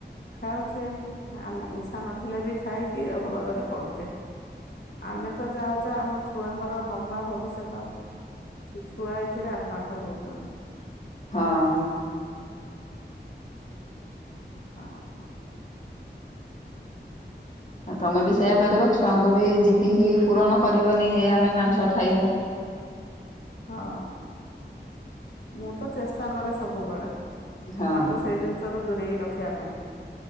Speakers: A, on the left; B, on the left.
A: ଖାଉଛେ ଆମ ଇଛା ନଥିଲେ ବି ଖାଇକି ରୋଗ ବାଗରେ ପଡ଼ୁଛେ। ଆମେ ତ ଯାହା ଯାହା ଆମ ଛୁଆଙ୍କର ଲମ୍ବା ଭବିଷ୍ୟତ ତ ସେ ଛୁଆ ଏଥିରେ ଆକ୍ରାନ୍ତ ହଉଛନ୍ତି।
B: ହଁ।
A: <unintelligible>
B: ଆଉ ତମେ ବି ସେଇୟା କରିବ ଛୁଆଙ୍କୁ ବି ଜିଦି ହି ପୂରଣ କରିବନି ଏଇ ଆମେ ମାଂସ ଖାଇବୁ।
A: ହଁ, ମୁଁ ତ ଚେଷ୍ଟା କରେ ସବୁବେଳେ
B: ହଁ
A: ତାଙ୍କୁ ସେଇଦିନ ରୁ ଦୂରେଇ ରଖିବା ପାଇଁ।